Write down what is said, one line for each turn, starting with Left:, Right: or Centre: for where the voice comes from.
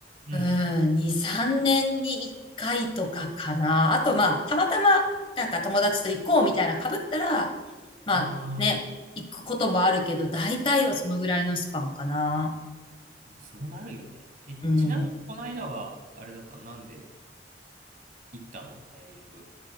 Right: な。
Left: うん、
Right: うん。
Left: 2、3年に1回とかかな。あと、まあ、たまたま、なんか友達と行こうみたいな被ったら、まあね、
Right: ああ
Left: 行くこともあるけど、大体はそのぐらいのスパンかな。
Right: まあ、そうなるよね。え、
Left: うん。
Right: ちなみにこの間は、あれだったなんで行ったのタイミング。